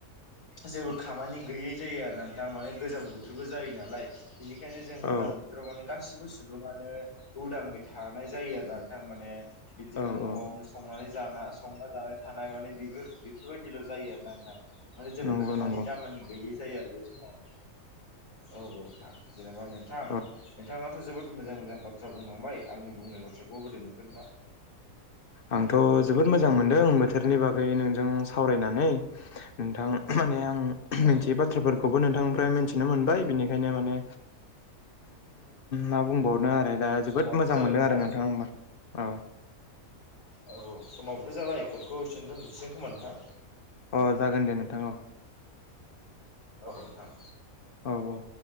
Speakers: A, on the left; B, on the left.
A: जेबो खामानि गैयै जायो आर न थामाने गोजां बोथोरबो जायो नालाय बेनिखायनो जों
B: औ
A: उदां बोथोराव माने गासिबो सुबङानो उदाङै थानाय जायो आरो नोंथां माने बिदिनो
B: औ
A: न'आवनो
B: औ
A: संनानै जाना संना जानाय थानाय माने बेफो बेफोरबायदिल' जायो आरो ना नोंथां माने जेबो
B: नंगौ
A: खामानि
B: नंगौ
A: दामानि गैयि जायो आरो बे समाव औ औ थां जेनेबा नोंथां नोंथाङा
B: औ
A: आंथ' जोबोद मोजां मोजां बाथ्रा बुंलांबाय, आंनि बुंनाय बाथ्राखौ बोरै मोनखो नोंथां?
B: आंथ' जोबोद मोजां मोन्दों बोथोरनि बागै नोंजों सावरायनानै नोंथां माने आं
A: औ
B: मोनसे बाथ्राफोरखौबो नोंथांनिफ्राय मोनथि मिथिनो मोनबाय बिनिखायनो माने मा बुंबाव <unintelligible> आरो दा
A: समाबोथ'
B: जोबोद मोजां
A: जाबाय
B: मोनदों
A: नोंथां
B: आरो नोंथाङा होमबा औ
A: औ औ समावबोथ' जाबाय कर्डखौसन दोनदनोसै खोमा नोंथां?
B: अ जागोन दे नोंथां औ
A: औ नोंथां
B: औ औ